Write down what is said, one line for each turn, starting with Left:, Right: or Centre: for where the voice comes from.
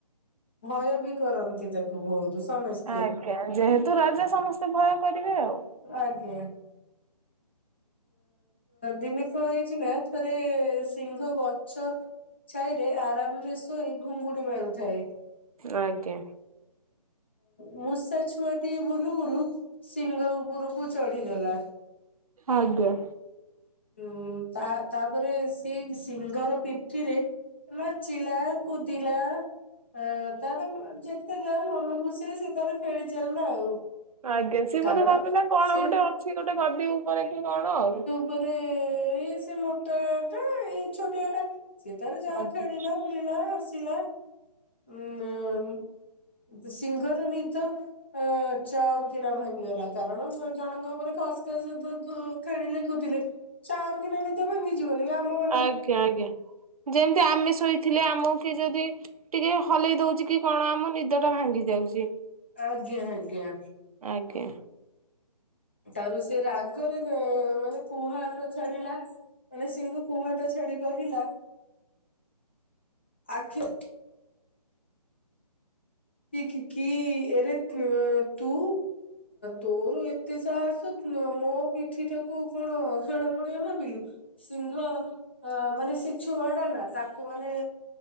Left: ଭୟ ବି କରନ୍ତି ତାକୁ ବହୁତ୍ ସମସ୍ତେ
Right: ଆଜ୍ଞା ଯେହେତୁ ରାଜା ସମସ୍ତେ ଭୟ କରିବେ ଆଉ
Left: ଆଜ୍ଞା। ଦିନେ କଣ ହେଇଛି ନା ଥରେ ସିଂହ ଗଛ ଛାଇରେ ଆରାମରେ ଶୋଇ ଘୁଙ୍ଗୁଡି ମାରୁଥାଏ।
Right: ଆଜ୍ଞା।
Left: ମୂଷା ଛୁଆଟି ବୁଲୁ ବୁଲୁ ସିଂହ ଉପରକୁ ଚଢ଼ିଗଲା
Right: ଆଜ୍ଞା।
Left: ହୁଁ ତା ତାପରେ ସେ ସିଂହର ପିଠିରେ ନାଚିଲା କୁଦିଲା ହ ତାର ଯେତେ ଯା ମନ ଖୁସିରେ ସିଏ ତାର ଖେଳି ଚାଲିଲା ଆଉ
Right: ଆଜ୍ଞା ସିଏ
Left: କାରଣ
Right: ବୋଧେ ଭାବିଲା କଣ
Left: ସିଏ
Right: ଗୋଟେ ଅଛି ଗୋଟେ ଗଦି ଉପରେ କି କଣ ଆଉ
Left: ତା ପରେ ଇଏ ସେ ମୋଟାଟା ଏଇ ଛୋଟିଆଟା ସେ ତାର ଯାହା
Right: ଆଜ୍ଞା।
Left: ଖେଳିଲା। ବୁଲିଲା ଆସିଲା ଉଁ ସିଙ୍ଗର ନିିଦ ଆ ଚ ନା ଭାଙ୍ଗିଗଲା କାରଣ ଜଣଙ୍କ ଉପରେ ଖସ ଖସ ଖେଳିଲେ କୁଦିଲେ ଚାଉଁ କିନା ନିଦ ଭାଙ୍ଗି <inaudible>
Right: ଆଜ୍ଞା ଆଜ୍ଞା ଯେମିତି ଆମେ ଶୋଇଥିଲେ ଆମ କିଏ ଯଦି ଟିକେ ହଲେଇ ଦଉଛି କି କଣ ଆମ ନିଦଟା ଭାଙ୍ଗି ଯାଉଛି।
Left: ଆଜ୍ଞା ଆଜ୍ଞା।
Right: ଆଜ୍ଞା।
Left: ତାର ସେ ରାଗରେ ମାନେ କୁହାଟ ଛାଡିଲା ମାନେ ସି କୁହାଟ ଛାଡି କହିଲା ଆଖି କି କି କି ଏରେ ତୁ ତୋର ଏତେ ସାହସ ମୋ ପିଠିଟାକୁ କଣ ଖେଳ ପଡିଆ ଭାବିଲୁ? ସିଂହ ମାନେ ସେ ଛୁଆଟା ନା ତାକୁ ମାନେ